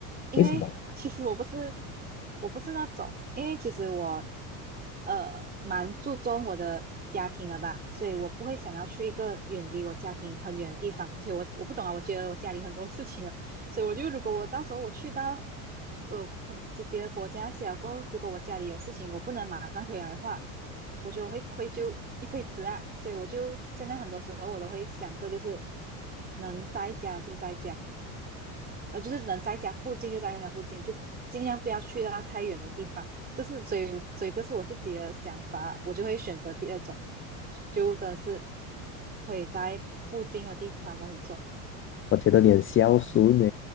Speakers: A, on the right; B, on the left.
A: 因为其实我不是
B: 为什么？
A: 我不是那种，因为其实我呃蛮注重我的家庭了吧，所以我不会想要去一个远离我家庭很远的地方，而且我我不懂啊，我觉得我家里很多事情啊，所以我就如果我到时候我去到呃很别的国家写了过后，如果我家里有事情我不能马上回来的话，我觉得我会愧疚一辈子啊，所以我就现在很多时候我都会想着，就是能在家就在家，呃，就是能在家附近就在家附近，就尽量不要去到太远的地方。这是所以，所以这是我自己的想法，我就会选择第二种，就真的是可以在附近的地方这样子做
B: 我觉得你很孝顺呢，